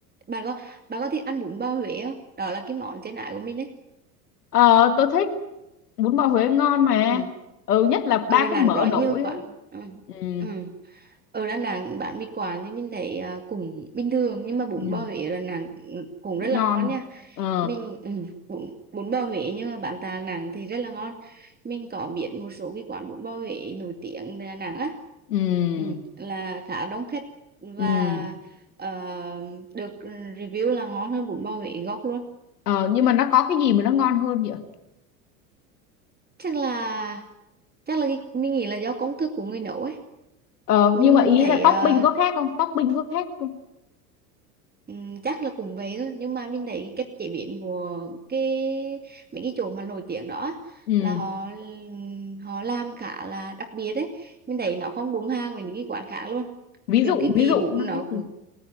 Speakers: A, on the right; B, on the left.
A: bạn có bạn có thích ăn bún bò Huế không đó là cái món trên ải của mình đấy
B: Ờ, tôi thích bún bò Huế ngon mà
A: ừ.
B: ừ nhất là
A: ở
B: ba
A: Đà Nẵng
B: cái mỡ
A: có nhiều
B: nổi
A: quán
B: ấy.
A: ừ.
B: ừ.
A: Ừ. ở Đà Nẵng bán mì Quảng thì mình thấy à, cũng bình thường nhưng mà bún
B: Ừ.
A: bò Huế ở Đà Nẵng cũng rất
B: ngon
A: là ngon nha
B: ờ
A: mình ừ. bún, bún bò Huế nhưng mà bán tại Đà Nẵng thì rất là ngon mình có biết một số cái quán bún bò Huế nổi tiếng tại Đà Nẵng á
B: ừ.
A: ừ. là khá đông khách và
B: Ừ.
A: ờ, được ừ, review là ngon hơn bún bò Huế gốc luôn
B: Ờ, nhưng mà nó có cái gì mà nó ngon hơn vậy
A: chắc là chắc là cái, mình nghĩ là do công thức của người nấu ấy
B: ờ,
A: mình
B: nhưng mà ý
A: thấy
B: là topping
A: ờ,
B: có khác không topping có khác không
A: Ừm, chắc là cũng vậy thôi nhưng mà mình thấy cái cách chế biến của cái mấy cái chỗ mà nổi tiếng đó á,
B: ừ
A: là họ họ làm khá là đặc biệt đấy mình thấy nó không đúng hàng với những cái quán khác luôn
B: ví
A: kiểu
B: dụ
A: cái
B: ví
A: vị
B: dụ
A: bún
B: nó
A: nó
B: sẽ gì
A: cũng